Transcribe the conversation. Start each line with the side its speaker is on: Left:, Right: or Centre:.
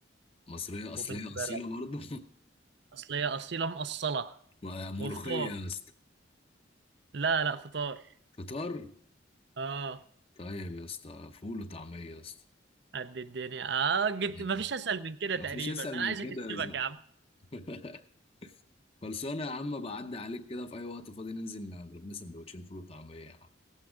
Left: مصرية أصلية
Right: وبنت بلد
Left: أصيلة برضه
Right: اصلية اصيلة مقصلة
Left: <laughs>
Right: وفطار
Left: ملوخية يا اسطى
Right: لا لا فطار
Left: فطار
Right: اه
Left: طيب يا اسطى فول وطعمية يا اسطى
Right: قد الدنيا اه جبت
Left: <laughs>
Right: مفيش اسهل من كده
Left: مفيش
Right: تقريبا
Left: أسهل
Right: انا
Left: من
Right: عايز
Left: كده
Right: اكسبك
Left: يا زين
Right: يا عم
Left: <laughs> خلصانة يا عم بعدي عليك كده في أي وقت فاضي ننزل نضرب لنا سندوتشين فول وطعمية يا عم